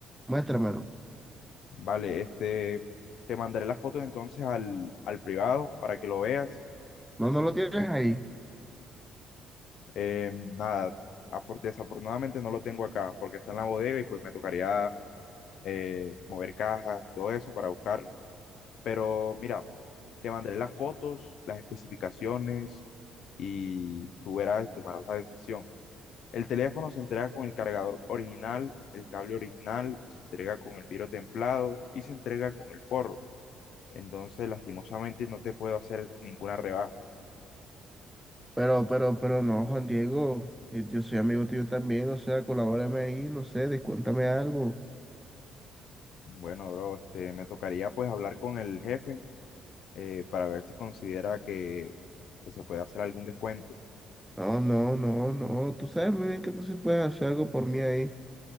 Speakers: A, in the centre; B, on the left.
A: Muéstramelo.
B: Vale, este, te mandaré las fotos entonces al, al privado para que lo veas
A: No, no lo tienes ahí.
B: Eh, nada, afor- desafortunadamente no lo tengo acá porque está en la bodega y pues me tocaría eh, mover cajas y todo eso para buscarlo. Pero mira, te mandaré las fotos, las especificaciones y tú verás y tomarás la decisión. El teléfono se entrega con el cargador original, el cable original, se entrega con el vidrio templado y se entrega con el forro. Entonces, lastimosamente no te puedo hacer ninguna rebaja.
A: Pero, pero, pero no, Juan Diego, yo, yo soy amigo tuyo también, o sea, colabórame ahí, no sé, descuéntame algo.
B: Bueno, bro, este, me tocaría pues hablar con el jefe eh, para ver si considera que, que se puede hacer algún descuento.
A: No, no, no, no, tú sabes muy bien que tú sí puedes hacer algo por mí ahí.